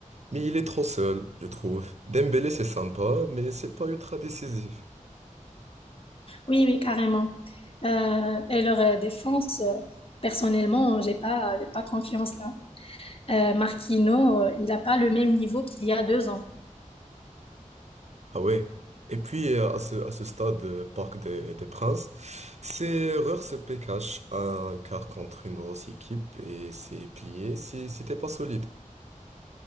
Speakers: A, on the right; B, on the left.
A: Mais il est trop seul, je trouve. Dembélé, c'est sympa, mais c'est pas ultra décisif.
B: Oui, oui, carrément. Euh, et leur euh, défense, euh, personnellement, j'ai pas, j'ai pas confiance là. Euh, Marquinhos, euh, il a pas le même niveau qu'il y a deux ans.
A: Ah ouais. Et puis, euh, à ce, à ce stade, euh, Parc des, des Princes, c'est Reurs PKH, un quart contre une grosse équipe, et c'est plié si, si t'es pas solide.